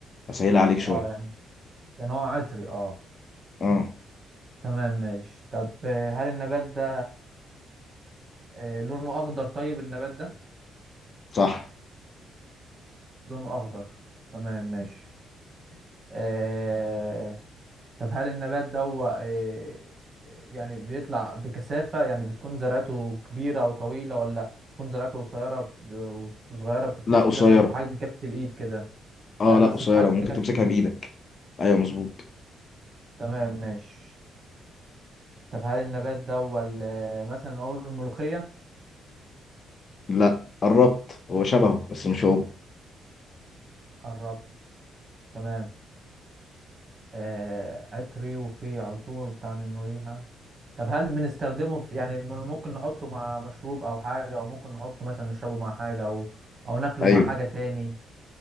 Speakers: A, on the left (about 45°); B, on the right (about 40°).
A: أسهلها عليك شوية
B: اه يعني يعني هو عطري اه
A: اه
B: تمام ماشي طب آه، هل النبات ده آه، لونه اخضر طيب النبات ده
A: صح
B: لونه اخضر تمام ماشي آه طب هل النبات ده هو آه يعني بيطلع بكثافة يعني بتكون زرعته كبيرة او طويلة ولا بتكون زرعته قصيرة بت- وصغيرة بتتمسك
A: لا قصيرة
B: مثلا في حجم كفة الايد كده
A: اه
B: يعني
A: لا
B: مثلا
A: قصيرة
B: في حجم
A: ممكن
B: كفة
A: تمسكها
B: الايد
A: بإيدك أيوه مظبوط
B: تمام ماشي طب هل النبات ده هو ال- مثلا اقول الملوخية
A: لا قربت هو شبهه بس مش هو
B: قربت تمام آه عطري وفي عطور بتاع من ريحة طب هل بنستخدمه في يعني من- ممكن نحطه مع مشروب او حاجة او ممكن نحطه مثلا نشربه مع حاجة او او ناكله
A: أيوه
B: مع حاجة تاني